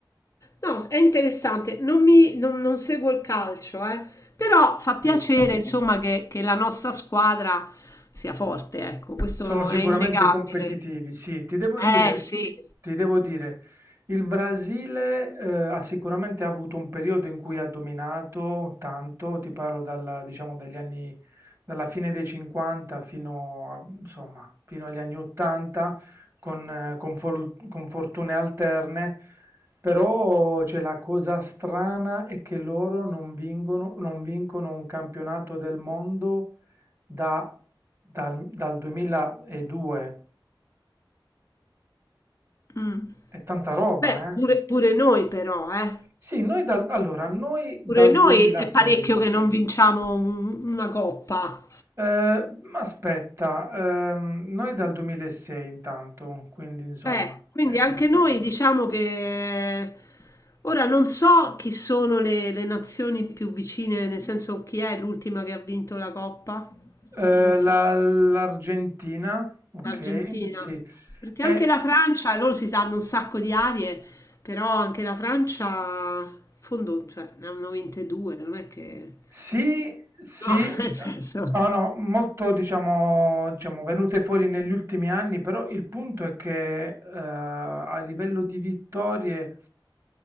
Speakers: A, on the left; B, on the right.
A: No, s- è interessante. Non mi, non, non seguo il calcio, eh. Però fa piacere,
B: Sì.
A: insomma, che, che la nostra squadra sia forte, ecco, questo
B: Sono sicuramente
A: è innegabile.
B: competitivi, sì. Ti devo
A: Eh,
B: dire,
A: sì.
B: ti devo dire, il Brasile eh, ha sicuramente avuto un periodo in cui ha dominato tanto, ti parlo dalla- diciamo, dagli anni, dalla fine dei 50 fino, a- insomma, fino agli anni 80, con, eh, con fol- con fortune alterne, però c'è la cosa strana è che loro non vincono, non vincono un campionato del mondo da dal dal 2002.
A: Mm.
B: È tanta roba,
A: Beh, pure,
B: eh.
A: pure noi però, eh.
B: Sì, noi dal allora, noi dal
A: Pure noi
B: 2006.
A: è parecchio che non vinciamo un- una coppa.
B: Ehm, aspetta, ehm, noi dal 2006 intanto, quindi insomma,
A: Eh, quindi
B: eh, quatt-
A: anche noi diciamo che ora non so chi sono le, le nazioni più vicine, nel senso chi è l'ultima che ha vinto la Coppa?
B: eh,
A: L'ultima,
B: la- l'Argentina, ok,
A: l'Argentina.
B: sì.
A: Perché
B: E
A: anche la Francia, loro si danno un sacco di arie, però anche la Francia, in fondo, cioè, ne hanno vinte due, non è che...
B: Sì, sì,
A: No, <laughs>
B: eh,
A: nel senso...
B: no, no, molto diciamo, diciamo venute fuori negli ultimi anni, però il punto è che eh, a livello di vittorie,